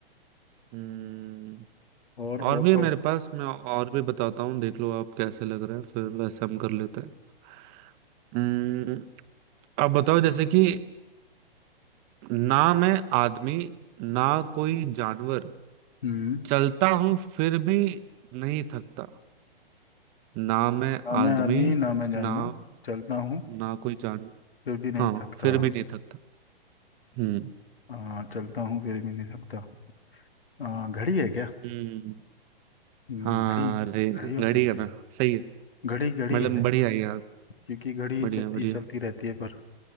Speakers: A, on the right; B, on the left.
A: हम्म,
B: और
A: और
B: और
A: भी है
B: कौन
A: मेरे पास मैं और भी बताता हूँ देख लो आप कैसे लग रहे हैं फिर वैसे हम कर लेते हैं हम्म, अब बताओ जैसे कि ना मैं आदमी ना कोई जानवर
B: हम्म
A: चलता हूँ फिर भी नहीं थकता ना मैं
B: ना
A: आदमी
B: मैं आदमी ना मैं जानवर
A: ना
B: चलता हूँ
A: ना कोई जानवर
B: फिर भी नहीं
A: हाँ
B: थकता
A: फिर भी नहीं थकता हम्म
B: आ, चलता हूँ फिर भी नहीं थकता आ, घड़ी है क्या
A: हम्म
B: हम्म,
A: हाँ
B: घड़ी
A: अरे घड़ी
B: घड़ी हो सकती
A: है ना
B: है
A: सही है
B: घड़ी घड़ी
A: मतलब
B: है इसका
A: बढ़िया है यार
B: क्योंकि घड़ी
A: बढ़िया
B: चलती
A: बढ़िया
B: चलती रहती है पर